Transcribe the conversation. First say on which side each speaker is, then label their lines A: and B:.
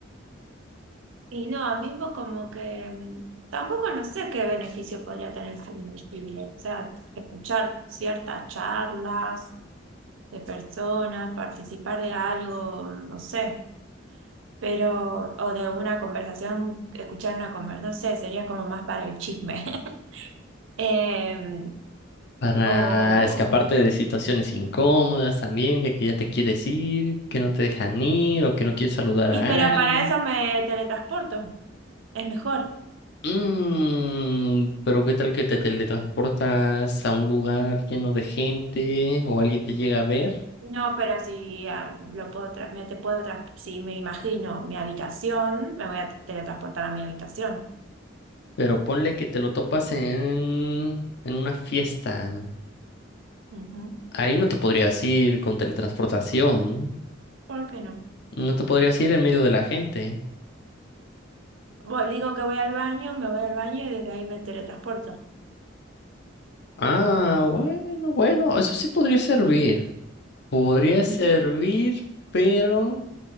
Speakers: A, on the right (about 70°); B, on the left (about 55°).
A: Y no, a mí un como que mm, tampoco no sé qué beneficio podría tener el cine. O sea, escuchar ciertas charlas de personas, participar de algo, no sé. Pero, o de una conversación, escuchar una conversación, no sé, sería como más para el chisme. <laughs> Eh,
B: Para
A: o,
B: escaparte de situaciones incómodas también, de que ya te quieres ir, que no te dejan ir o que no quieres saludar
A: y
B: a
A: pero para
B: alguien.
A: eso me teletransporto. Es mejor.
B: Mm, pero ¿qué tal que te teletransportas a un lugar lleno de gente o alguien te llega a ver?
A: No, pero si ah, lo puedo tra- me te puedo tras- si me imagino mi habitación, me voy a teletransportar a mi habitación.
B: Pero ponle que te lo topas en, en una fiesta.
A: Ujú.
B: Ahí no te podrías ir con teletransportación.
A: ¿Por qué no?
B: No te podrías ir en medio de la gente.
A: Voy- digo que voy al baño, me voy al baño y desde ahí me teletransporto.
B: Ah, bueno, bueno, eso sí podría servir. Podría
A: Ujú.
B: servir, pero